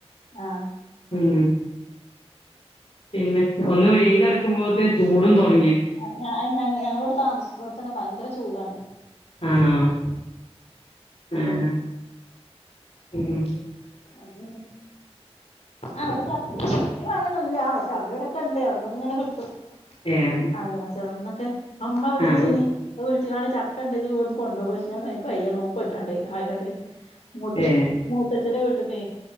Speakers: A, on the left; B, on the left.
A: ആ
B: ഉം പിന്നെ ഒന്ന് വെയിലിറക്കുമ്പോത്തെ ചൂടും തോന്ന
A: ഞ ഞങ്ങളോട് താമസിക്കോ തന്നെ ഭയങ്കര ചൂടാണ്
B: ആണോ ആ ആ ഉം ഉം
A: അന്നെ അവിടെ ചി ചക്കേം മാങ്ങന്നല്ല പക്ഷെ അവിടെ ഇവിടൊക്കെ ഉണ്ട് അങ്ങെന കിട്ടും
B: ഏഹ്
A: അയൽവാസികളോടെ ക്കെ അമ്മ വിളിച്ചീനി
B: ആഹ്
A: വിളിച്ചിക്കാണ്ട് ച കണ്ടേക്ക് പോ വന്ന് കൊണ്ട് പോയി പ ഞാനക്ക്യ്യൻോ നോപോറ്റാണ്ണ്ട് ആയിനണ്ട് മൂത്ത
B: ഏഹ്
A: മൂത്തച്ഛരെ വീട്ടിന്നേ